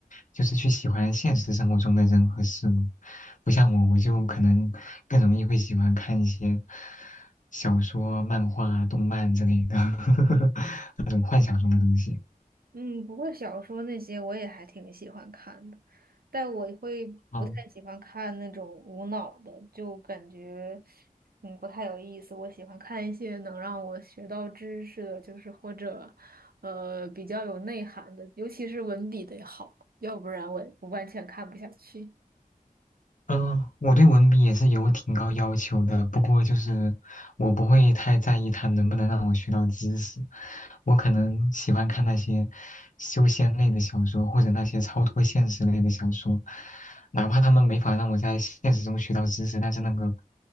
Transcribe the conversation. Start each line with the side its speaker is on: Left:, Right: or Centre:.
Left: 就是去喜欢现实生活中的人和事物，不像我，我就可能更容易会喜欢看一些小说、漫画、动漫之类的 <laughs> 那种幻想中的东西。
Right: 嗯，不过小说那些我也还挺喜欢看的，但我会不太喜欢看那种无脑的，
Left: 啊。
Right: 就感觉嗯不太有意思。我喜欢看一些能让我学到知识的，就是或者呃比较有内涵的，尤其是文笔得好，要不然我我完全看不下去。
Left: 嗯，我对文笔也是有挺高要求的，不过就是我不会太在意它能不能让我学到知识，我可能喜欢看那些修仙类的小说，或者那些超脱现实类的小说，哪怕他们没法让我在现实中学到知识，但是那个